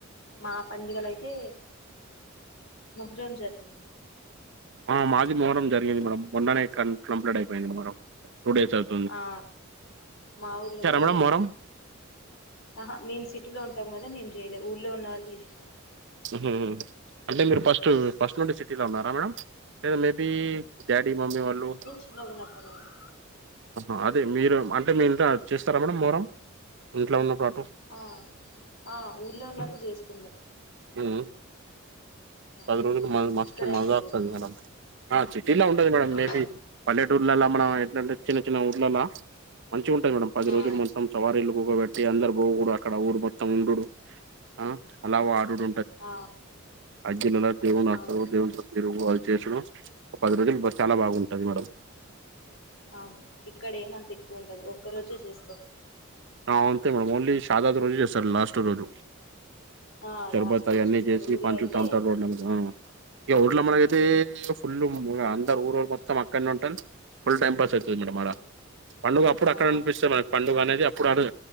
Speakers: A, on the left; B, on the right.
A: మా పండుగలైతే మోహరం జరిగింది
B: ఆ మాది మొహరం జరిగింది మామ్ మొన్ననే కాన్ కంప్లీట్ అయిపోయింది మొహరం టూ డేస్ అవు
A: ఆ మా ఊర్లో కూడా
B: మేడం
A: జరిగింది
B: మొహరం
A: ఆహా మేం సిటీలో ఉంటాం కదా మేం చేయలే ఊర్లో ఉన్నవాళ్ళు చేసిళ్ళు అంట
B: ఉహు అంటే మీరు ఫస్ట్ ఫస్ట్ నుండి సిటీలో ఉన్నారా మేడమ్ లేద మేబీ డాడీ మమ్మీ వాళ్ళు
A: చిన్నగా ఉన్నప్పుడు నుండి
B: ఆహ అదే మీరు అంటే మీ ఇంట్లో చేస్తారా మేడం మోహారం ఇంట్లో ఉన్న పాటు
A: ఆ ఆ ఊర్లో ఉన్నప్పుడు చేస్తుండే
B: ఉ
A: ఆ
B: పది రోజులు మ మస్తు
A: ఇక్కడేం
B: మజా
A: చెయ్యరు
B: వస్తుంది మేడమ్ ఆ సిటీలా ఉండదు మేడం
A: ఆ
B: మేబీ పల్లెటూర్లల్లా మనం ఎట్లాంటే చిన్న చిన్న ఊర్లల్లా మంచిగా ఉంటాయి మేడమ్ పది రోజులు
A: ఆ
B: మొత్తం సవారిలు కుకోబెట్టి అందరు అక్కడ ఊరు మొత్తం ఉండుడు ఆ అలా వాడుడు
A: ఆ
B: అగ్గి లల్ల దేవుడు నడుసుడు
A: అవును
B: దేవు తిరుగు అది చేసూడు ఒక పది రోజులు బా చాలా బాగుంటది మేడం
A: అవును ఇక్కడ ఏమంత ఎక్కువ ఉండదు ఒక్క రోజే చేస్తారు
B: ఆ ఉంతే మేడం ఓన్లీ సాదాది రోజే చేస్తారు లాస్ట్ రోజు
A: ఆ
B: శర్బద్
A: లాస్ట్
B: ఆయన్ని
A: రోజు చేస్తారు
B: చేసి
A: ఊర్లో
B: పంచుతా
A: అయితే
B: ఉంటారు రోడ్లమీ ఆ ఇగ ఊర్లో మనకైతే ఫుల్ మా అందరు ఊరుళ్ళో మొత్తం అక్కనే ఉంటరు ఫుల్ టైం పాస్ అయితుంది మేడమ్ ఆడ
A: ఉమ్,
B: పండుగ అప్పుడు అక్కడ
A: ఆ
B: అనిపిస్తే మన పండుగ అనేది అప్పుడు అడా